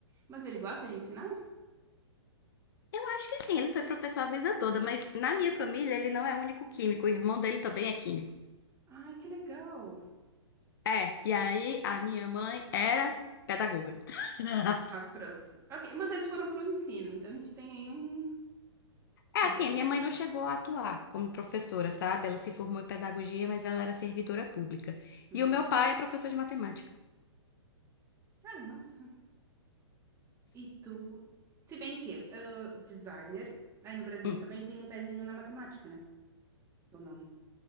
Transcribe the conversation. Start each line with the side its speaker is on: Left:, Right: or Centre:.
Right: Mas ele gosta de ensinar?
Left: Eu acho que sim, ele foi professor a vida toda, mas na minha família ele não é o único químico, o irmão dele também é químico.
Right: Ai, que legal.
Left: É, e aí a minha mãe era pedagoga. <laughs>
Right: Ah, pronto. Ok, mas eles foram pro ensino, então a gente tem aí um.
Left: É
Right: Quer
Left: assim,
Right: dizer, um
Left: a minha
Right: deles,
Left: mãe
Right: né?
Left: não chegou a atuar como professora, sabe? Ela se formou em pedagogia, mas ela era servidora pública.
Right: Uhum.
Left: E o meu pai é professor de matemática.
Right: Tá, nossa. E tu? Se bem que, ah, designer, aí no Brasil
Left: Hum.
Right: também tem um pezinho na matemática, né? Ou não?